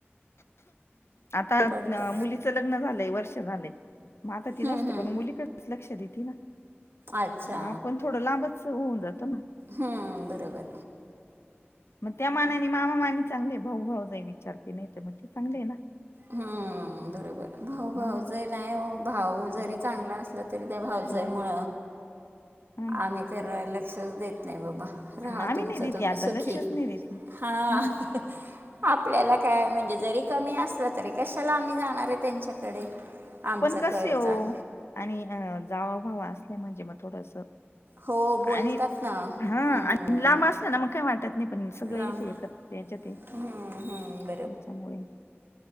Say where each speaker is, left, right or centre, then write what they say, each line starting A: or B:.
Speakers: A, on the left; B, on the right.
A: आता
B: पडतं.
A: मुलीचं लग्न झालंय वर्ष झालंय. मग ती
B: हम्म,
A: जास्त
B: हम्म.
A: करून मुलीकडेच लक्ष देती ना.
B: अच्छा.
A: ह आपण थोडं लांबच. होऊन जात ना.
B: हम्म बरोबर.
A: मग त्या मानाने मामा मामी चांगले भाऊ भाऊजय विचारते नाही तर मग ते चांगले ना.
B: हम्म बरोबर भाऊ भाऊजय
A: हम्म
B: नाही भाऊ जरी
A: हम्म,
B: चांगला असला तरी त्या भाऊजय
A: भाऊ
B: मुळ.
A: हा
B: आम्ही तर. लक्ष चं देत नाही बाबा.
A: ना
B: राहा
A: आम्ही
B: तुमच
A: नाही देते
B: तुम्ही
A: आता
B: सुखी
A: लक्षच नाही देते हम्म
B: हा आपल्याला काय म्हणजे जरी. कमी असत. तरी कशाला आम्ही जाणार आहे त्यांच्याकडे. आमचं
A: पण कसे
B: कर
A: हो
B: चांग
A: आणि अ जाव भावा. म्हणजे मग थोडंसं.
B: हो
A: आणि
B: बोलतात ना.
A: हा
B: हम्म.
A: आणि लांब असला ना मग काही वाटत नाही पण सगळ
B: लांब
A: इथे एकत याच्यात
B: हम्म, हम्म.
A: त्याच्यामुळे.